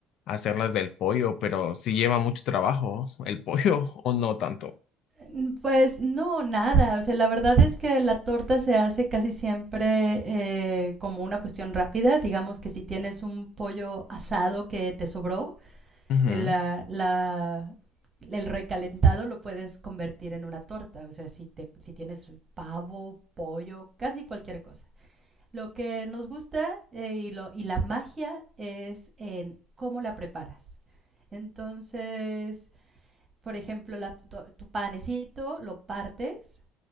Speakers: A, on the left; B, on the right.
A: hacerlas del pollo, pero si lleva mucho trabajo el pollo <laughs> o no tanto.
B: Mm, Pues no, nada. O sea, la verdad es que la torta se hace casi siempre eh, como una cuestión rápida. Digamos que si tienes un pollo asado que te sobró,
A: Ujú.
B: eh, la, la- el recalentado lo puedes convertir en una torta. O sea, si, te, si tienes pavo, pollo, casi cualquier cosa. Lo que nos gusta eh, y, lo, y la magia es en cómo la preparas. Entonces, por ejemplo, la- to- tu panecito lo partes,